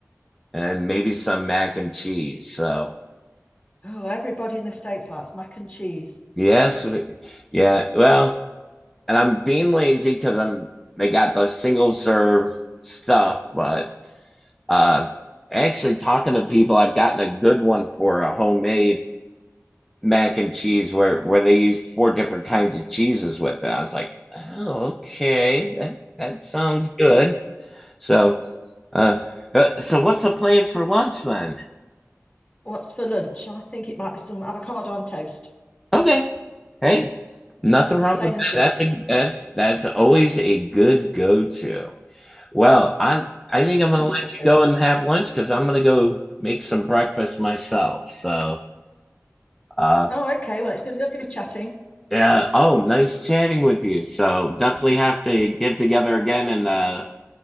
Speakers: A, in the centre; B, on the left.
A: and maybe some mac and cheese. So,
B: Oh, everybody in the states likes mac and cheese.
A: yes, yeah. Well, and I'm being lazy because I'm they got the single serve stuff, but uh, actually talking to people, I've gotten a good one for a homemade mac and cheese where where they used four different kinds of cheeses with it. I was like, oh, okay, that that sounds good. So Uh, uh, so what's the plans for lunch then?
B: What's for lunch? I think it might be some avocado on toast,
A: Okay, hey, nothing wrong
B: just plain
A: with
B: and simple.
A: that. That's a that's that's always a good go to. Well, I I think I'm gonna
B: It is
A: let
B: a good
A: you
B: go-to.
A: go and have lunch because I'm gonna go make some breakfast myself. So uh
B: Oh, okay. Well, it's been lovely chatting.
A: yeah. Oh, nice chatting with you. So definitely have to get together again and uh